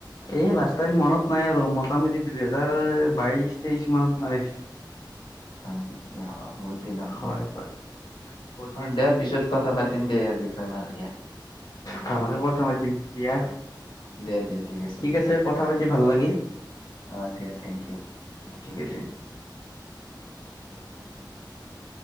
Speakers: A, on the left (about 50°); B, on the left (about 75°).
A: এ লাষ্ট টাইম মনত নাই আৰু মোৰ পামেদি দুহেজাৰ বাইশ তেইশ মানত মাৰিছিলো
B: হয় নেকি অ বহুত দিন হ'ল
A: হয়
B: দিয়া
A: হয় বহুত
B: অ
A: দিন
B: দিয়া
A: হ'ল
B: পিছত কথা পাতিম দে ইয়াৰ বিষয়ে ভালকে
A: ভালকে কথা পাতিম দিয়া
B: দিয়া দিয়া
A: ঠিক
B: দিয়া
A: আছে কথা পাতি ভাল লাগিল
B: অ দিয়া থেংক ইউ
A: ঠিক আছে। <inaudible>